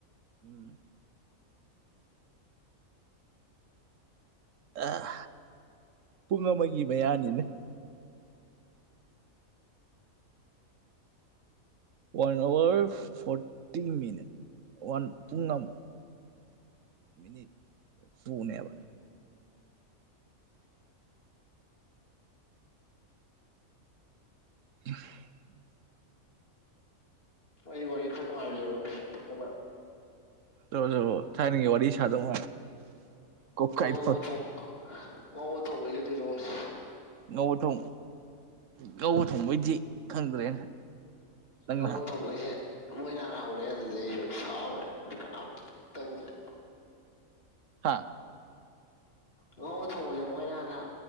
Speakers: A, on the right (about 65°); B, on the left (about 45°).
A: ꯎꯝ ꯑꯥ ꯄꯨꯡ ꯑꯃꯒꯤ ꯃꯌꯥꯅꯤꯅꯦ one hour forty minute one ꯄꯨꯡ ꯑꯝꯃꯨꯛ ꯃꯤꯅꯤꯠ ꯇꯨ ꯅꯦꯕ <unintelligible>
B: ꯅꯣꯢ ꯋꯥꯔꯤ ꯈꯥ ꯅꯨꯉꯥꯏꯕ ꯂꯤꯔꯛꯎꯅꯦ ꯐꯖꯕ
A: ꯂꯤꯔꯛꯑꯣ ꯂꯤꯔꯛꯑꯣ ꯊꯥꯏꯅꯒꯤ ꯋꯥꯔꯤ ꯁꯥꯗꯧ ꯀꯣꯛꯀꯥꯏ
B: ꯉꯧꯕ
A: ꯇꯧꯋꯦ
B: ꯊꯣꯡ ꯉꯧꯕ ꯊꯣꯡꯕꯩꯗꯣ ꯂꯤꯔꯛꯑꯣꯅꯦ
A: ꯉꯧꯕ ꯊꯣꯡ ꯉꯧꯕ ꯊꯣꯡꯕꯩꯗꯤ ꯈꯪꯗ꯭ꯔꯦꯅꯦ ꯅꯪꯅ
B: ꯉꯧꯕ ꯊꯣꯡꯕꯩꯁꯦ ꯃꯣꯏꯅ ꯍꯥꯟ ꯍꯧꯔꯛꯑꯦ ꯑꯗꯨꯗꯩ ꯑꯩꯁꯨ ꯁꯥꯎꯔꯦ ꯑꯗꯨ ꯀꯅꯥꯝꯇ ꯇꯧꯗ꯭ꯔꯦ
A: ꯍꯥ
B: ꯉꯧꯕ ꯊꯣꯡꯕꯁꯦ ꯃꯣꯏꯅ ꯍꯥꯟꯅ